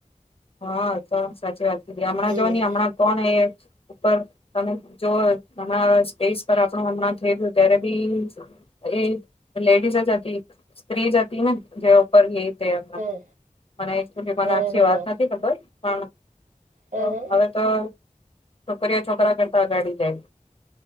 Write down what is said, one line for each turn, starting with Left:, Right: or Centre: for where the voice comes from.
Left: હા તો સાચી વાત. હમણાં
Right: હમ
Left: જો નહ હમણાં કોણ એ ઉપર તમે જો હમણાં સ્પેસ પર આપણું હમણાં થઈ ગયું ત્યારે બી, એ લેડીઝ જ હતી, સ્ત્રી જ હતી ને જે ઉપર મ
Right: હા
Left: મને એક મને
Right: હા
Left: આખી
Right: હા
Left: વાત હાજ ખબર. હ.
Right: હા
Left: ઓ
Right: હા
Left: હવે તો છોકરીઓ છોકરા કરતા આગાડી જાય.